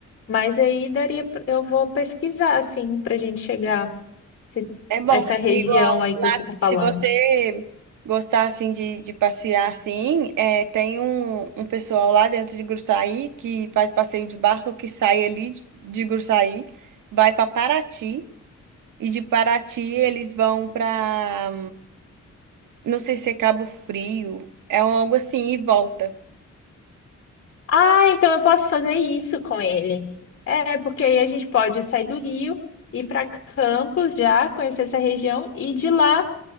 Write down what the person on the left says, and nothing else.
Mas aí daria, pra- eu vou pesquisar assim pra gente chegar. Se-
Essa região
aí que você está falando.
Ah, então eu posso fazer isso com ele. É, porque aí a gente pode sair do Rio, ir para Campos já, conhecer essa região e de lá.